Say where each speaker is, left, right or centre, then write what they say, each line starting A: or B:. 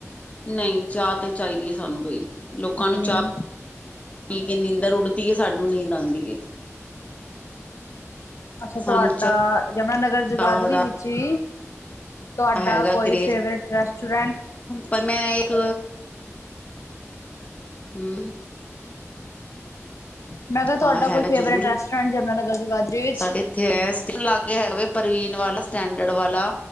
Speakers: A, on the left (about 30°); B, on the left (about 75°).
A: ਨਹੀਂ ਚਾਹ ਤੇ ਚਾਹੀਦੀ ਸਾਨੂੰ ਬਈ। ਲੋਕਾਂ
B: ਆਪਣੀ
A: ਨੂੰ ਚਾਹ ਪੀ ਕੇ ਨੀਂਦਰ ਉੱਡਦੀ ਹੈ ਸਾਨੂੰ ਨੀਂਦ ਆਂਦੀ ਏ।
B: ਅੱਛਾ
A: ਸਾਨੂੰ
B: ਤੁਹਾਡਾ ਯਮੁਨਾ ਨਗਰ
A: ਚਾਹ
B: ਜਗਾਦਰੀ
A: ਦਾ
B: ਵਿੱਚ ਹੀ ਤੁਹਾਡਾ
A: ਹੈਗਾ
B: ਕੋਈ
A: ਕਰੇਜ
B: ਫੇਵਰੇਟ ਰੈਸਟੋਰੈਂਟ
A: ਪਰ ਮੈਂ ਇੱਕ ਹੂੰ।
B: ਮੈਂ ਕਿਹਾ ਤੁਹਾਡਾ
A: ਹਾਂ ਹੈਗਾ
B: ਕੋਈ ਫੇਵਰੇਟ
A: ਜ਼ਰੂਰ,
B: ਰੈਸਟੋਰੈਂਟ ਯਮੁਨਾਨਗਰ ਜਗਾਦਰੀ ਵਿੱਚ?
A: ਸਾਡੇ ਇੱਥੇ ਐਸ <unintelligible> ਹੈਗਾ ਪ੍ਰਵੀਨ ਵਾਲਾ, ਸਟੈਂਡਰਡ ਵਾਲਾ,